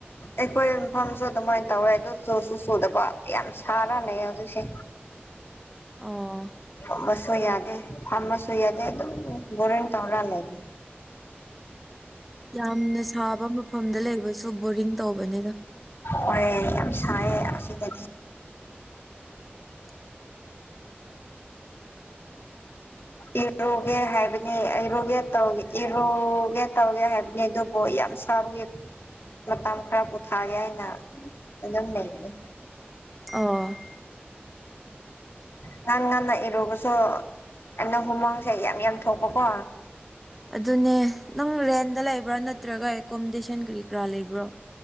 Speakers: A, on the left; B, in the centre.
A: ꯑꯩꯈꯣꯏ ꯃꯐꯝꯁꯨ ꯑꯗꯨꯃꯥꯏꯅ ꯇꯧꯋꯦ ꯑꯗꯨ ꯆꯨꯁꯨ ꯆꯨꯗꯕ ꯌꯥꯝ ꯁꯔꯥ ꯂꯩ ꯌꯥ ꯑꯗꯨꯁ
B: ꯑꯥ
A: ꯐꯝꯕꯁꯨ ꯌꯥꯗꯦ ꯐꯝꯝꯕꯁꯨ ꯌꯥꯗꯦ ꯑꯗꯨꯝ ꯕꯣꯔꯤꯡ ꯇꯧꯔ ꯂꯩꯅꯤ
B: ꯌꯥꯝꯅ ꯁꯥꯕ ꯃꯐꯝꯗ ꯂꯩꯕꯁꯨ ꯕꯣꯔꯤꯡ ꯇꯧꯕꯅꯤꯅ
A: ꯍꯔꯦ ꯌꯥꯝ ꯁꯥꯏ ꯑꯁꯤ ꯑꯁꯤꯗꯗꯤ
B: <inaudible> <unintelligible>
A: ꯦ ꯏꯔꯨꯒꯦ ꯍꯥꯏꯕꯅꯤ ꯏꯔꯨꯒꯦ ꯇꯧ ꯏꯔꯨꯒꯦ ꯇꯧꯒꯦ ꯍꯥꯏꯕꯅꯤ ꯑꯗꯨꯕꯨ ꯌꯥꯝ ꯁꯥꯕꯒꯦ
B: <inaudible> <unintelligible>
A: ꯃꯇꯝ ꯈꯔ ꯄꯣꯊꯥꯒꯦ ꯍꯥꯏꯅ ꯑꯗꯨꯝ ꯂꯩꯒꯅꯤ
B: ꯑ
A: ꯉꯪ ꯉꯟꯅ ꯏꯔꯕꯁꯨ ꯑꯩꯅ ꯍꯨꯃꯥꯡꯁꯦ ꯌꯥꯝ ꯌꯥꯝ ꯊꯣꯛꯄꯀꯣ
B: ꯑꯗꯨꯅꯦ ꯅꯪ ꯔꯦꯟꯗ ꯂꯩꯕ꯭ꯔꯥ ꯅꯠꯇ꯭ꯔꯒ ꯑꯦꯀꯣꯃꯣꯗꯦꯁꯟ ꯀꯔꯤ ꯀꯔꯥ ꯂꯩꯕ꯭ꯔꯣ